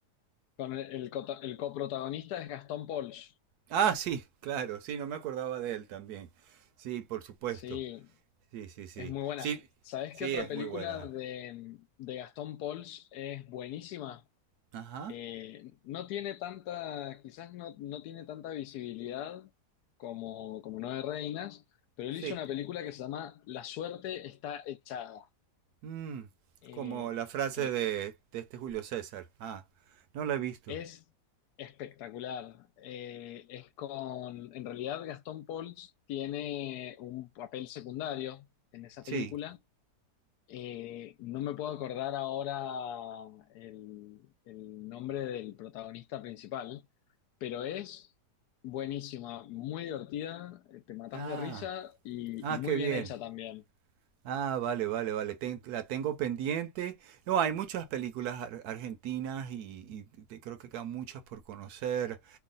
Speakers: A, on the left; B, on the right.
A: Con el, el cota- el coprotagonista es Gastón Pauls.
B: Ah, sí, claro, sí, no me acordaba de él también. Sí, por supuesto.
A: Sí,
B: Sí, sí, sí.
A: es muy buena.
B: Sí,
A: ¿Sabés
B: sí,
A: qué otra
B: es
A: película
B: muy buena.
A: de, de Gastón Pauls es buenísima?
B: Ajá.
A: Eh, no tiene tanta, quizás no, no tiene tanta visibilidad como, como Nueve Reinas, pero
B: Sí.
A: él hizo una película que se llama La suerte está echada,
B: Mm,
A: eh,
B: como la frase
A: que
B: de, de este Julio César. Ah, no la he visto.
A: Es espectacular. Eh, es con, en realidad, Gastón Pauls tiene un papel secundario en esa
B: Sí.
A: película. Eh, no me puedo acordar ahora el, el nombre del protagonista principal, pero es buenísima, muy divertida, eh, te matas
B: Ah,
A: de risa y,
B: ah,
A: y muy
B: qué bien.
A: bien hecha también.
B: Ah, vale, vale, vale. Ten- la tengo pendiente. No, hay muchas películas ar- argentinas y, y te- creo que quedan muchas por conocer.